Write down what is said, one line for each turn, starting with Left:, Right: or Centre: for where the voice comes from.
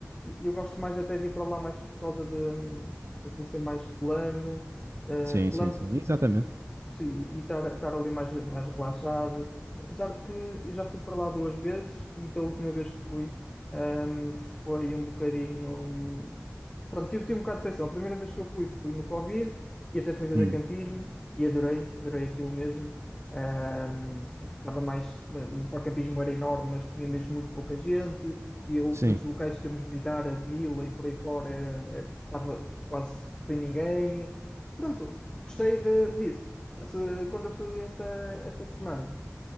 Left: eu gosto mais até de ir para lá mais por causa de, hum, daquilo ser mais plano, eh,
Right: Sim,
Left: plano,
Right: sim, sim, exatamente.
Left: Sim, e estar estar ali mais, mais relaxado. Apesar de que eu já fui para lá duas vezes e da última vez que fui, ahm, foi um bocadinho. hum, Pronto, tive, tive um bocado de decepção. A primeira vez que eu fui, fui no Covid e até fui fazer
Right: Hum,
Left: campismo e adorei, adorei aquilo mesmo. Ahm, porque estava mais. hum, No parque campismo era enorme, mas tinha mesmo muito pouca gente. E eu,
Right: sim.
Left: todos os locais que íamos visitar, a vila e por aí fora, era- era- estava quase sem ninguém. Pronto, gostei de- disso. Se- quando eu fui esta, esta semana,